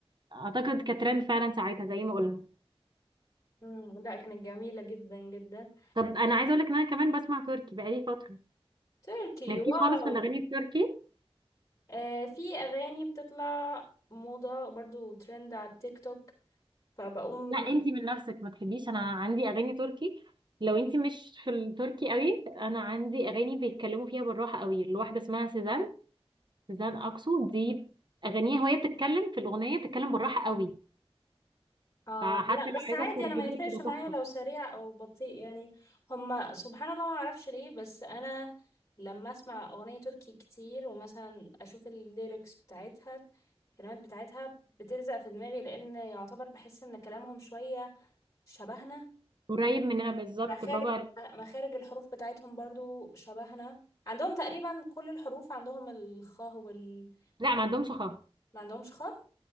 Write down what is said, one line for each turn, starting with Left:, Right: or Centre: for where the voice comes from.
Right: اعتقد كترند فعلا ساعتها زي ما قلنا
Left: مم. لا كانت جميلة جدا جدا
Right: طب انا عايزه اقول لك ان انا كمان بسمع تركي بقالي فتره
Left: تركي
Right: مالكيش
Left: واو
Right: خالص في الاغاني التركي
Left: آه في أغاني بتطلع موضة برضو ترند على التيك توك فبقوم
Right: لا انتي من نفسك ما تحبيش انا عندي اغاني تركي لو انتي مش في التركي قوي انا عندي اغاني بيتكلموا فيها بالراحه قوي الواحده اسمها سيزان سيزان اكسو دي اغانيها وهي بتتكلم في الاغنيه بتتكلم بالراحه قوي
Left: آه
Right: فحتى
Left: لا
Right: لو
Left: بس
Right: عايزه
Left: عادي
Right: تترجميه
Left: أنا ما يفرقش
Right: بتبقى
Left: معايا
Right: تحفه
Left: لو سريع أو بطيء يعني هما سبحان الله ما أعرفش ليه بس أنا لما أسمع أغنية تركي كتير ومثلا أشوف الليركس بتاعتها الكلمات بتاعتها بتلزق في دماغي لأن يعتبر بحس إن كلامهم شوية شبهنا
Right: قريب مننا بالظبط
Left: مخارج
Right: برافو عليك
Left: مخارج الحروف بتاعتهم برضو شبهنا عندهم تقريبا كل الحروف عندهم الخاء وال
Right: لا ما عندهمش خالص
Left: ما عندهمش خاء